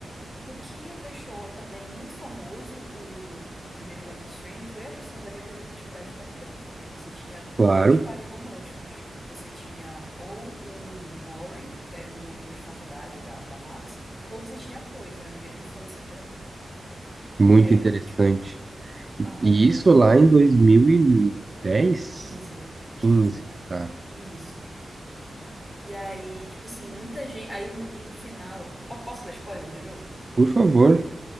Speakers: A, in the centre; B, on the right.
A: o que deixou também muito famoso o, o primeiro Life is Strange foi a questão da representatividade também, porque você tinha
B: Claro,
A: dois pares românticos. Você tinha ou o Warren, que era um amigo de faculdade da, da Max, ou você tinha a Chloe, que era amiga de infância dela.
B: muito
A: E aí,
B: interessante.
A: tipo, aham,
B: E isso lá em dois mil e dez,
A: quinze
B: quinze,
A: quinze
B: tá?
A: isso. E aí, tipo assim, muita gente. Aí no, no final. po- Posso dar spoiler do jogo?
B: Por favor.